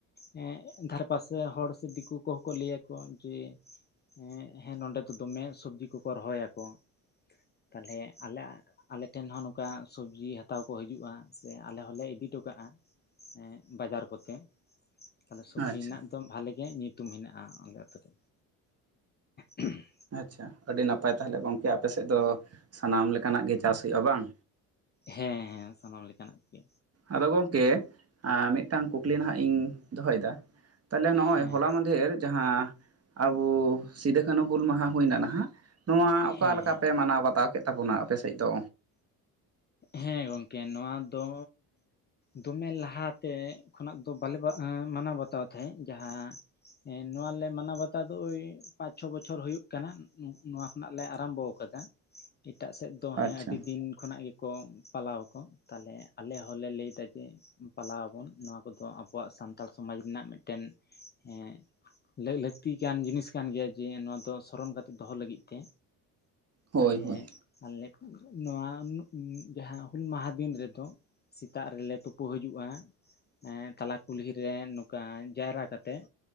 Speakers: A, on the left (about 25°); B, on the right (about 35°).
A: ᱦᱮᱸ ᱫᱷᱟᱨᱮᱯ ᱯᱟᱥᱮ ᱦᱚᱲ ᱥᱮ ᱫᱤᱠᱩ ᱠᱚᱦᱚᱸ ᱠᱚ ᱞᱟᱹᱭᱟ ᱠᱚ ᱡᱮ ᱦᱮᱸ ᱦᱮᱸ ᱱᱚᱸᱰᱮ ᱫᱚ ᱫᱚᱢᱮ ᱥᱚᱵᱽᱡᱤ ᱠᱚ ᱠᱚ ᱨᱚᱦᱚᱭᱟ ᱠᱚ ᱛᱟᱞᱦᱮ ᱟᱞᱮᱟᱜ ᱟᱞᱮ ᱴᱷᱮᱱ ᱦᱚᱸ ᱱᱚᱝᱠᱟ ᱥᱚᱵᱽᱡᱤ ᱦᱟᱛᱟᱣ ᱠᱚ ᱦᱤᱡᱩᱜᱼᱟ ᱥᱮ ᱟᱞᱮ ᱦᱚᱸᱞᱮ ᱤᱫᱤ ᱦᱚᱴᱚ ᱠᱟᱜᱼᱟ ᱦᱮᱸ ᱵᱟᱡᱟᱨ ᱠᱚᱛᱮ ᱛᱟᱦᱞᱮ ᱥᱚᱵᱽᱡᱤ
B: ᱟᱪᱪᱷᱟ
A: ᱨᱮᱱᱟᱜ ᱫᱚ ᱵᱷᱟᱞᱮ ᱜᱮ ᱧᱩᱛᱩᱢ ᱦᱮᱱᱟᱜᱼᱟ ᱟᱞᱮ ᱟᱛᱩ ᱨᱮ ᱩ ᱦᱩᱸ
B: ᱟᱪᱪᱷᱟ ᱟᱹᱰᱤ ᱱᱟᱯᱟᱭ ᱛᱟᱦᱚᱞᱮ ᱜᱚᱝᱠᱮ ᱟᱯᱮ ᱥᱮᱫ ᱫᱚ ᱥᱟᱱᱟᱢ ᱞᱮᱠᱟᱱᱟᱜ ᱜᱮ ᱪᱟᱥ ᱦᱩᱭᱩᱜᱼᱟ ᱵᱟᱝ
A: ᱦᱮᱸ ᱦᱮᱸ ᱥᱟᱱᱟᱢ ᱞᱮᱠᱟᱱᱟᱜ ᱜᱮ
B: ᱟᱫᱚ ᱜᱚᱝᱠᱮ ᱢᱤᱫᱴᱟᱝ ᱠᱩᱠᱞᱤ ᱱᱟᱦᱟᱜ ᱤᱧ ᱫᱚᱦᱚᱭᱮᱫᱟ ᱛᱟᱦᱞᱮ ᱱᱚᱜᱼᱚᱭ
A: ᱦᱮᱸ
B: ᱦᱚᱞᱟ ᱢᱟᱫᱷᱮᱨ ᱡᱟᱦᱟᱸ ᱟᱵᱚ ᱥᱤᱫᱟᱹ ᱠᱟᱱᱦᱩ ᱦᱩᱞ ᱢᱟᱦᱟᱸ ᱦᱩᱭᱱᱟ ᱱᱟᱦᱟᱜ ᱱᱚᱣᱟ ᱚᱠᱟ
A: ᱦᱮᱸ
B: ᱞᱮᱠᱟ
A: ᱦᱮᱸ
B: ᱯᱮ ᱢᱟᱱᱟᱣ ᱵᱟᱛᱟᱣ ᱠᱮᱫ ᱛᱟᱵᱚᱱᱟ ᱟᱯᱮ ᱥᱮᱫ ᱫᱚ
A: ᱦᱮᱸ ᱜᱚᱝᱠᱮ ᱱᱚᱣᱟ ᱫᱚ ᱫᱚᱢᱮ ᱞᱟᱦᱟ ᱛᱮ ᱠᱷᱚᱱᱟᱜ ᱫᱚ ᱵᱟᱞᱮ ᱢᱟᱱᱟᱣ ᱵᱟᱛᱟᱣ ᱛᱟᱦᱮᱸᱫ ᱡᱟᱦᱟᱸ ᱦᱮᱸ ᱱᱚᱣᱟ ᱞᱮ ᱢᱟᱱᱟᱣ ᱵᱟᱛᱟᱣ ᱫᱚ ᱳᱭ ᱯᱟᱸᱪ ᱪᱷᱚ ᱵᱚᱪᱷᱚᱨ ᱦᱩᱭᱩᱜ ᱠᱟᱱᱟ ᱱᱚᱣᱟ ᱠᱷᱚᱱᱟᱜ ᱞᱮ ᱟᱨᱟᱢᱵᱚ ᱠᱟᱫᱟ ᱮᱴᱟᱜ ᱥᱮᱫ ᱫᱚ
B: ᱟᱪᱪᱷᱟ
A: ᱦᱮᱸ ᱟᱹᱰᱤ ᱫᱤᱱ ᱠᱷᱚᱱᱟᱜ ᱜᱮ ᱠᱚ ᱯᱟᱞᱟᱣ ᱟᱠᱚ ᱛᱟᱦᱞᱮ ᱟᱞᱮ ᱦᱚᱸᱞᱮ ᱞᱟᱹᱭ ᱮᱫᱟ ᱡᱮ ᱯᱟᱞᱟᱣ ᱟᱵᱚᱱ ᱱᱚᱣᱟ ᱠᱚ ᱫᱚ ᱟᱵᱚᱣᱟᱜ ᱥᱟᱱᱛᱟᱲ ᱥᱚᱢᱟᱡᱽ ᱨᱮᱱᱟᱜ ᱢᱤᱫ ᱴᱮᱱ ᱦᱮᱸ ᱞᱟᱹ ᱞᱟᱹᱠᱛᱤ ᱠᱟᱱ ᱡᱤᱱᱤᱥ ᱠᱟᱱ ᱜᱮᱭᱟ ᱡᱮ ᱱᱚᱣᱟ ᱫᱚ ᱥᱚᱨᱚᱱ ᱠᱟᱛᱮᱜ ᱫᱚᱦᱚ ᱞᱟᱹᱜᱤᱫ ᱛᱮ
B: ᱦᱳᱭ
A: ᱛᱟᱞᱦᱮ
B: ᱦᱳᱭ
A: ᱟᱞᱮ ᱱᱚᱣᱟ ᱡᱟᱦᱟᱸ ᱦᱩᱞ ᱢᱟᱦᱟ ᱫᱤᱱ ᱨᱮᱫᱚ ᱥᱮᱛᱟᱜ ᱨᱮᱞᱮ ᱛᱩᱯᱩ ᱦᱤᱡᱩᱜᱼᱟ ᱦᱮᱸ ᱛᱟᱞᱟ ᱠᱩᱞᱦᱤ ᱨᱮ ᱱᱚᱠᱟ ᱡᱟᱣᱨᱟ ᱠᱟᱛᱮᱜ